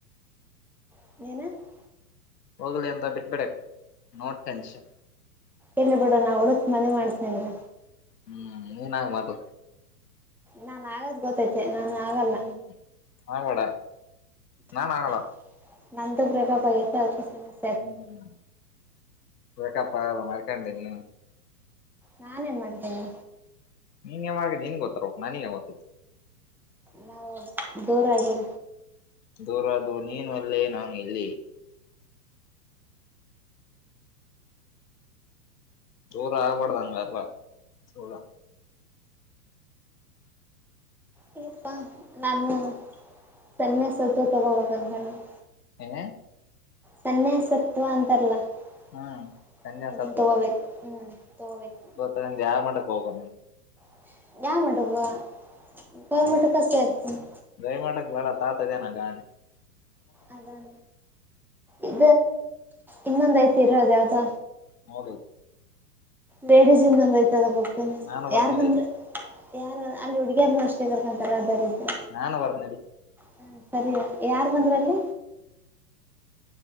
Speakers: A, in the centre; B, on the left.
A: <unintelligible>
B: ಹೋಗ್ಲಿ ಅಂತ ಬಿಟ್ಬಿಡಿ ನೋಡ್ ಟನ್ಷನ್
A: ಇಲ್ಲಿ ಬಿಡ ನಾ ಹುಡುಕ್ ಮದುವೆ ಮಾಡ್ತೇನಿಂಗ
B: ಹ್ಮ್ ಮುನಗದು
A: ನಾನ್ ಆಗದ್ ಗೊತ್ತೈತೆೆ ನಾನ ಆಗಲ್ಲ
B: ಹ್ಮ್ ಹ್ಮ್ ಆಗ್ಬೇಡ ನಾನ್ ಆಗಲ್ಲ
A: <unintelligible> ನಂದ ಬ್ರೇಕಫ ಅವರದು ಸಮಶ
B: <unintelligible>
A: ನಾನ ಏನ್ ಮಾಡ್ತೇನೆ
B: ನೀನ್ ಯಾವಾಗ ನ ನಿನ್ಗೆ ಗೊತ್ತರ ನನಗ ಗೊತ್ತತ್ತು
A: ನಾವು <inaudible> ದೂರಾಗಿ
B: ದೂರ ಅದು ನೀನು ಅಲ್ಲಿ ನಾನು ಇಲ್ಲಿ ದುರ ಆಗಬಡ್ದಂಗ ಅಲ್ಲ ದುರ
A: ಪ್ಪಾ ನಾನು ಸನ್ನೆಸತ್ವ ತಗೋಬೇಕ ಅನ್ಕಕೊಡಿದಿನಿ
B: <unintelligible>
A: ಸನ್ಯಾಸತ್ವ ಅಂತಾರಲ್ಲ <unintelligible>
B: ಹ್ಮ್ ಕನ್ಯಾಸತ್ವ
A: ಅದನ್ ತಗೋಬೇಕು ಹ್ಮ್ ತಗೋಬೇಕು
B: ಅ ಜಾಮ ಮಾಡೆೋಗೋ
A: <unintelligible> ಕೊಯಮುಟ್ಟ ಕಷ್ಟತ
B: ಗಯಮಠಕ್ ತಾತಿದನಲ
A: ಅದ ಇ ಇನ್ನೊಂದ್ ಐತಿ ಇರದ ಯಾವ್ದ
B: ಹೌದೌದು
A: ಲೇಡೀಸ್ ಇಂದ ಒಂದ ಐ್ತದ ಹೋಗ್ತೇನ
B: ನಾನು ಬರ್ತೀನಿ
A: ಯಾರ್ ಬಂದ್ರ
B: ಇಲ್ಲಿ
A: ಯಾರು ಅಲ್ಲಿ ಹುಡುಗಿಯಾರ್ನ ಅಷ್ಟೇ ಕರ್ಕೊಂತಾರೆ ಅದಾರ ಇದ್ರ
B: ನಾನನ್ ಬರ್ನಡಿ
A: ಹ್ಮ ಸರಿ ಯಾರ್ ಬಂದ್ರ ಅಲ್ಲಿ